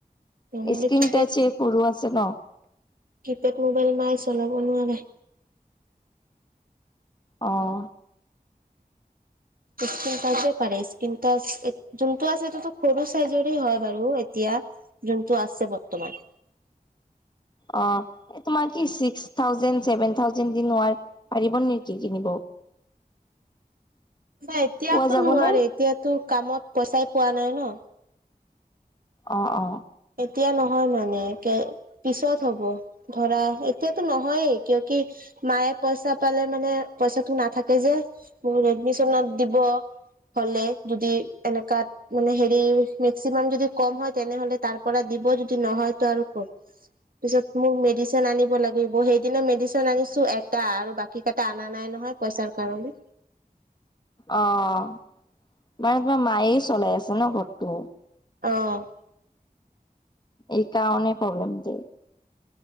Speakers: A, on the right; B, on the left.
A: নহ'লে
B: স্ক্ৰিন
A: কিপেড
B: টাচে সৰু আছে ন।
A: কিপেড মোবাইল মাই চলাব নোৱাৰে।
B: অঁহ।
A: <unintelligible> <unintelligible> যোনটো আছে টো টো কৰবো চাইজৰে হয় বাৰু এতিয়া জোনটো আছে বৰ্তমান।
B: অ' তোমাৰ কি চিক্স থাউজেণ্ড ছেভেন থাউজেণ্ দি নোৱাৰ পাৰিব নেকি কিনিব।
A: <inaudible> নাই এতিয়াতো
B: পোৱা যাবনে?
A: নোৱাৰে এতিয়াতো কামত পইচাই পোৱা নাই ন।
B: অ'- অ'।
A: এতিয়া নহয় মানে কে পিছত হ'ব ধৰা এতিয়াতো নহয়েই কিয় কি মায়ে পইচা পালে মানে পইচাটো নাথাকে যে মোৰ এডমিচনত দিব। হ'লে যদি এনেকাত মানে হেৰি মেক্সিমাম যদি কম হয় তেনেহ'লে তাৰ পৰা দিব যদি নহয় ত' আৰু ক'ত। পিছত মোক মেডিচিন আনিব লাগিব সেইদিনা মেডিচিন আনিছো এটা আৰু বাকি কেইটা আনা নাই। নহয় পইচাৰ কাৰণে।
B: অ', মানে তোমাৰ মায়ে চলাই আছে ন ঘৰটো।
A: অ'।
B: এই কাৰনে প্ৰব্লেম দে